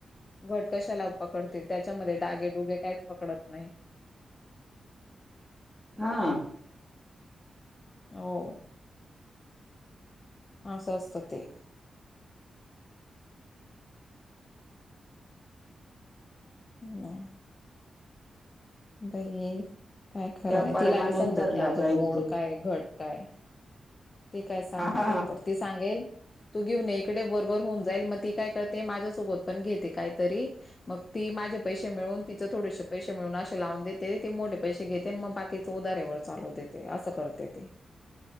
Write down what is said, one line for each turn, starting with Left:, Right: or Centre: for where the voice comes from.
Left: घट कशाला पकडतील, त्याच्यामध्ये डागेडुगे काहीच पकडत नाही.
Centre: हां.
Left: हो. असं असत ते. वा, बऐ ए. काय खरंय,
Centre: त्या परमानेच
Left: तिला बी समजत
Centre: धरला
Left: नाही अजून,
Centre: जाईल
Left: मोड
Centre: तो
Left: काय?, घट काय? ते काय सांगणार,
Centre: हा हा
Left: एक तर, ते सांगेल तू घेऊन इकडे, वरवर होऊन जाईल, मग ती काय करते, माझ्यासोबत पण घेते, काहीतरी, मग ती माझे पैशे मिळून, तिचें थोडेसे पैशे मिळून, अशे लावून देते, ती मोठे पैशे घेते, मग बाकी तो उदाऱ्यावर चालू देते, असं करते ती.